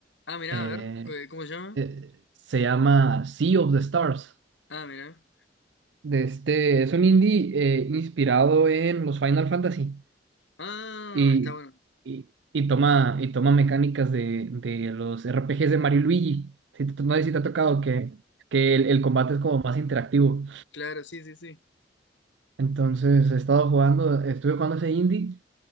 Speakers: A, on the left; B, on the right.
A: Ah, mirá,
B: eh,
A: a ver, ¿qué- ¿cómo se llama?
B: eh, se llama Sea of the Stars,
A: Ah, mirá.
B: de este, es un indie eh, inspirado en los Final Fantasy.
A: Ah,
B: Y,
A: está bueno.
B: y, y toma, y toma mecánicas de, de los RPGs de Mario y Luigi. Si te- no sé si te ha tocado que, que el, el combate es como más interactivo.
A: Claro, sí, sí, sí.
B: Entonces he estado jugando, estuve jugando ese indie